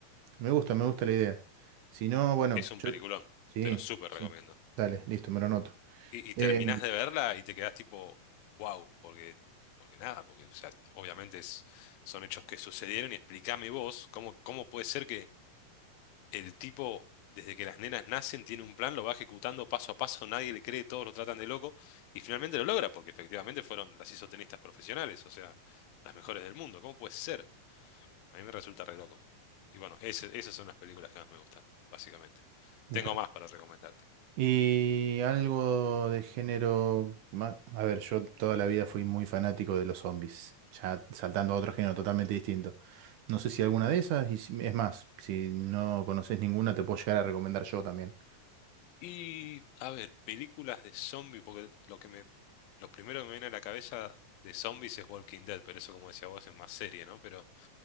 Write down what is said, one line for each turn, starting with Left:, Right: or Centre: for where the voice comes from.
Right: me gusta, me gusta la idea. Si no, bueno,
Left: Es un
Right: yo,
Left: peliculón,
Right: sí,
Left: te lo súper
Right: sí,
Left: recomiendo.
Right: dale, listo, me lo noto.
Left: Y, y terminás
Right: Eh,
Left: de verla y te quedás tipo, wow, porque, porque nada, porque o sea, obviamente es- son hechos que sucedieron y explícame vos cómo, cómo puede ser el tipo, desde que las nenas nacen, tiene un plan, lo va ejecutando paso a paso, nadie le cree, todos lo tratan de loco, y finalmente lo logra, porque efectivamente fueron las isotenistas profesionales, o sea, las mejores del mundo. ¿Cómo puede ser? A mí me resulta re loco. Y bueno, ese- esas son las películas que más me gustan, básicamente.
Right: mira.
Left: Tengo más para recomendarte.
Right: Y algo de género... ma- A ver, yo toda la vida fui muy fanático de los zombies, ya saltando a otro género totalmente distinto. No sé si alguna de esas, y si- es más, si no conoces ninguna, te puedo llegar a recomendar yo también.
Left: Y, a ver, películas de zombie, porque lo que me, lo primero que me viene a la cabeza de zombies es Walking Dead, pero eso, como decía vos, es más serie, ¿no? Pero